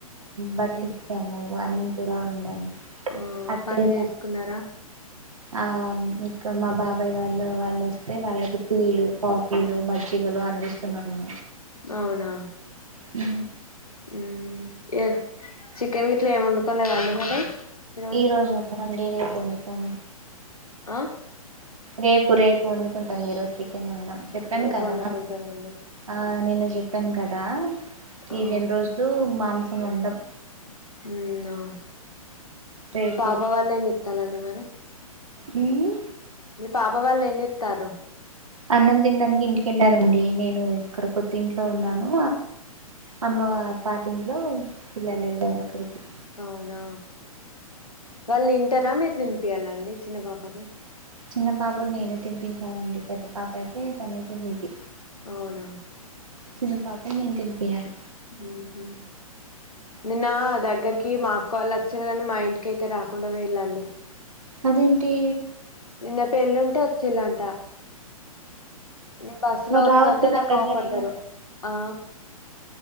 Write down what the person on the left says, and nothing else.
ఉమ్
పని చేసుకున్నారా
అవునా
ఉమ్ ఏ చికెన్ గిట్లా ఏమి వండుకోలేదండి మరి ఈరోజు
ఆహ్
రేపు
వండుకుంటారండి
ఆ
ఉమ్ ఆహ్
పాప వాళ్ళ ఏం చెత్తాలండి మరి
మీ పాప వాళ్ళు ఏం చెస్తారు
అవునా వాళ్ళు తంటారా మీరు వినిపియాలండి చిన్న పాపకి
అవునా
ఉహు నిన్న దగ్గరికి మా అక్క వాళ్ళు వచ్చరాలని మా ఇంటికి అయితే రాకుండా వేయళండి.
నిన్న పెళ్ళింటే వచ్చిలాంట నేను బస్సు
లో వత్తాంటే
నాకు
అవ పడ్డారు ఆ